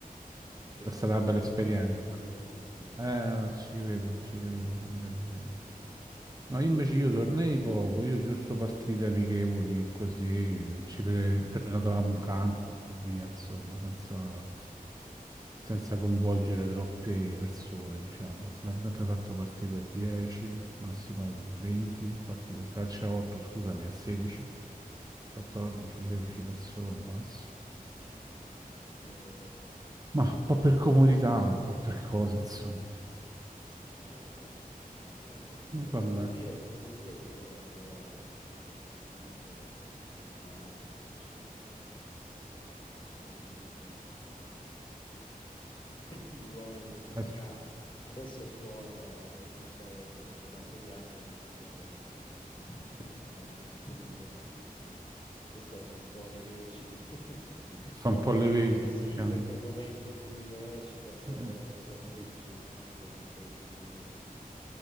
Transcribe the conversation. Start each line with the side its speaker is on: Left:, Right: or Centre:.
Left: finché
Right: È
Left: è durato
Right: stata una bella
Left: ci
Right: esperienza.
Left: siamo divertiti molto.
Right: Eh, ci credo, ci
Left: Eh,
Right: credo, ci credo, ci credo. No, io
Left: Poi
Right: invece io tornei poco, io giusto partite amichevoli, così ci pre- prenotavamo un campo e via, insomma, senza, senza coinvolgere troppe persone, diciamo. Abbiamo sempre fatto partite a 10, massimo a 20, partite a calcio a 8, scusami, a 16,
Left: sì,
Right: 14, 16 persone massimo.
Left: eh,
Right: Ma un
Left: sì,
Right: po' per comodità, un po' per cosa, insomma.
Left: Eh vabbè, insomma, a me un po' dispiace.
Right: E vabbè,
Left: Devo dire, devo dire che io ho un po', come dire, sostituito questo rituale del calcetto, <laughs> sai, il calcetto del giovedì che è un po' un must di tutti <laughs> gli uomini di una certa
Right: eh, cioè,
Left: età. Adesso suono in una band perché da un po' di anni ho iniziato a, a- a suonare la batteria e quindi questo fa un po' le veci <laughs>
Right: fa
Left: Della...
Right: un po' le veci,
Left: Eh s- eh sì,
Right: diciamo.
Left: perché è il momento in cui esci, passi
Right: Eh,
Left: la serata con
Right: sì.
Left: gli amici, no? È quell'impegno lì che ti...